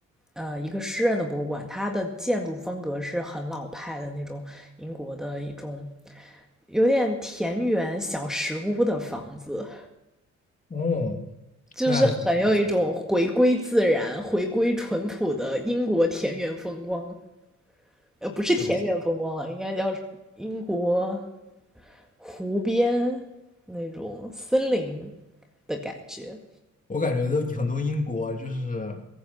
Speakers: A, in the centre; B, on the left (about 25°).
A: 呃一个诗人的博物馆，它的建筑风格是很老派的那种英国的一种有点田园小石屋的房子，
B: 哦，
A: 就是很有一种回归自然、
B: 那还是非常不错，
A: 回归淳朴的英国田园风光。呃，不是田园风光了，
B: 确实。
A: 应该叫英国湖边那种森林的感觉。
B: 我感觉都很多英国就是，